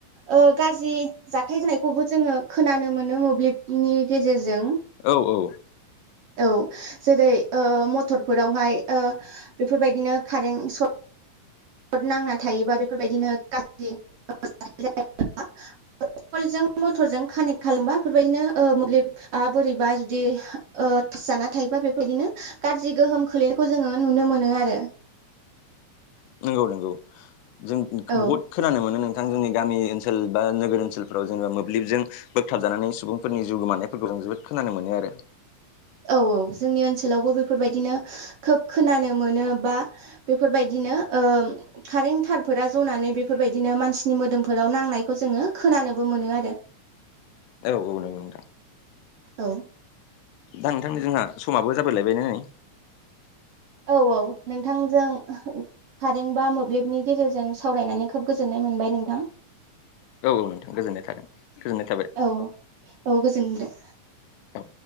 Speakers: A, on the right (about 65°); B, on the left (about 85°).
A: ओ गाज्रि जाथाय जानायखौबो जोङो खोनानो मोनो मोब्लिबनि गेजेरजों।
B: औ औ।
A: औ। जेरै ओ मथरफोरावहाय ओ बेफोरबायदिनो कारेन्ट सट सट नांना थायोबा बेफोरबायदिनो गाज्रि <unintelligible> जों मटरजों कानेक्ट खालामबा बेफोरबायदिनो ओ मोब्लिबा बोरैबा जुदि ओ <unintelligible> थायोबा बेबायदिनो गाज्रि गोहोम खोलैनायखौ जोङो नुनो मोनो आरो।
B: नंगौ नंगौ। जों
A: औ
B: बहुद खोनानो मोनो नोंथां जोंनि गामि ओनसोल बा नोगोर ओनसोलफ्राव जोङो मोब्लिबजों बोगथाबजानानै सुबुंफोरनि जिउ गोमानायफोरखौ जों जोबोद खोनानो मोनो आरो।
A: औ औ जोंनि ओनसोलावबो बेफोरबायदिनो खोब खोनानो मोनो बा बेफोरबायदिनो ओ कारेन्ट थारफोरा जनानै बेफोरबायदिनो मानसिनि मोदोमफोराव नांनायखौ जोङो खोनानोबो मोनो आरो। <inaudible>
B: औ औ नंगौ नोंथां।
A: औ।
B: दा नोंथां नै जोंहा समाबो जाबायलायबायना नै।
A: औ औ नोंथांजों खारेन्ट बा मोब्लिबनि गेजेरजों सावरायनानै खोब गोजोननाय मोनबाय नोंथां।
B: औ औ नोंथां गोजोननाय थादों, गोजोननाय थाबाय।
A: औ औ, औ गोजोन दे।
B: औ